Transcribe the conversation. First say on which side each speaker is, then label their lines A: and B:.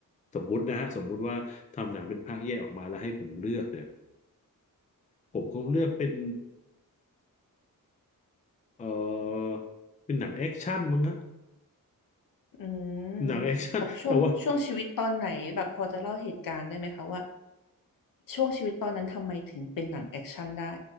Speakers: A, on the left; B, on the left.
A: สมมุตินะฮะสมมุติว่าทำหนังเป็นภาคแยกออกมาแล้วให้ผมเลือกเนี่ยผมคงเลือกเป็นเอ่อเป็นหนังแอคชั่นมั้งฮะ
B: อืม
A: หนังแอคชั่น
B: แบบช่วงช่วงชีวิตตอนไหนแบบพอจะเล่าเหตุการณ์ได้ไหมคะว่า
A: <laughs> แต่ว่า
B: ช่วงชีวิตตอนนั้นทำไมถึงเป็นหนังแอคชั่นได้